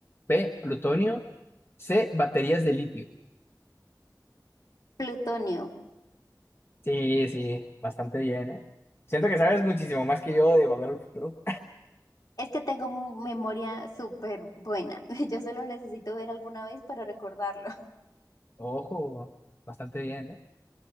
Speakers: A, on the left (about 35°); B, on the left (about 65°).
A: B, plutonio. C, baterías de litio.
B: Plutonio.
A: Sí, sí, bastante bien, ¿eh? Siento que sabes muchísimo más que yo de Volver al Futuro.
B: Es que tengo m- memoria súper buena. <laughs> Yo solo necesito ver alguna vez para recordarlo.
A: <laughs> Ojo, bastante bien, ¿eh?